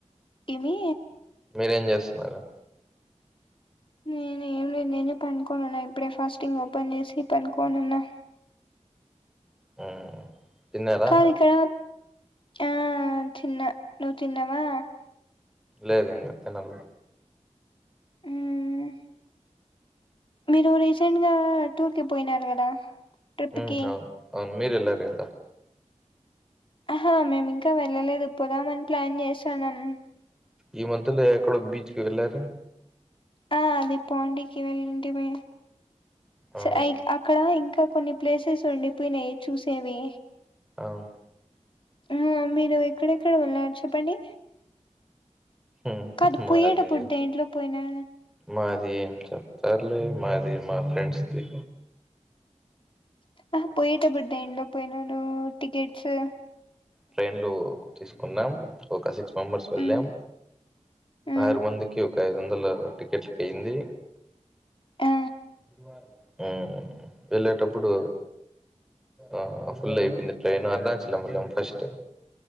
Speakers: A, on the left; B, in the centre.
A: ఏమి
B: మీరేం చేస్తున్నారు
A: నేను ఏం లేదు నేను పనుకోనున్నా ఇప్పుడే ఫాస్టింగ్ ఓపెన్ చేసి పనుకోనున్నా
B: ఉమ్... తిన్నారా
A: కాదు ఇక్కడ ఆ.... తిన్నా నువ్వు తిన్నావా
B: లేదు ఇంగా తినాలి.
A: ఉమ్ మీరు రీసెంట్ గా టూర్ కి పోయినారు కదా. ట్రిప్
B: ఉమ్
A: కి
B: అవును, అవును. మీరు ఎల్లారు కదా.
A: ఆహా మేము ఇంకా వెళ్ళలేదు. పొదామని ప్లాన్ చేస్ తనం
B: ఈ మధ్యలో ఎక్కడో బీచ్కి వెళ్ళారే.
A: ఆ అది పాండీకి వెళ్ళుంటి మీ.
B: ఆ
A: స అయిక్ అక్కడ ఇంక్ ఇంకా కొన్ని ప్లేసెస్ ఉండి పోయినయ్ చూసేవి.
B: అవును
A: ఇమ్ మీరు ఎక్కడెక్కడ వెళ్ళారు చెప్పండి.
B: ఉమ్
A: కాదు పోయేటప్పుడు
B: మాది
A: దేంట్లో పోయినా
B: మాది ఏం చెప్తారులే మాది మా ఫ్రెండ్స్ ది
A: ఆహా పోయేటప్పుడు దేంట్లో పోయినారు టికెట్సు
B: ట్రైన్లో తీసుకున్నాం ఒక సిక్స్ హోమర్స్ వెళ్ళాం
A: హ్మ్ హ్మ్
B: ఆరు మంది క్యూ ఒక ఐదు వందల టిక్కెట్లకు అయింది.
A: ఆ
B: గురువారం హ్ వెళ్ళేటప్పుడు ఆహ్ ఫుల్ అయిపోయింది ట్రైన్ అరుణాచలం వెళ్ళాం ఫ స్ట్